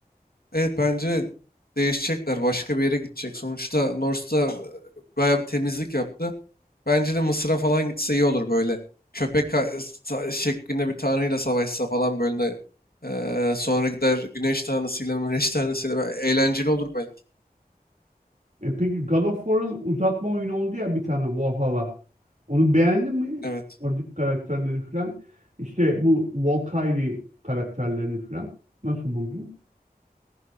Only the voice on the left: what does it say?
Evet bence değişecekler. Başka bir yere gidecek. Sonuçta North'ta e, bayağı bir temizlik yaptı. Bence de Mısır'a falan gitse iyi olur böyle. Köpek ka- sa- şeklinde bir tanrıyla savaşsa falan böyle. e, sonra gider güneş tanrısıyla, güneş tanrısıyla. be- Eğlenceli olur belki.
Evet.